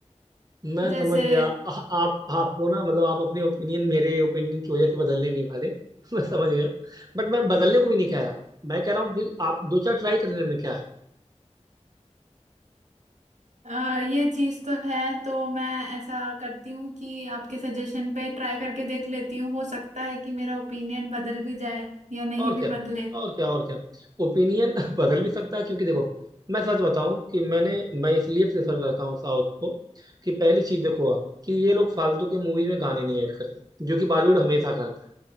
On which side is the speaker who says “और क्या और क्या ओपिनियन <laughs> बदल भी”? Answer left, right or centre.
Right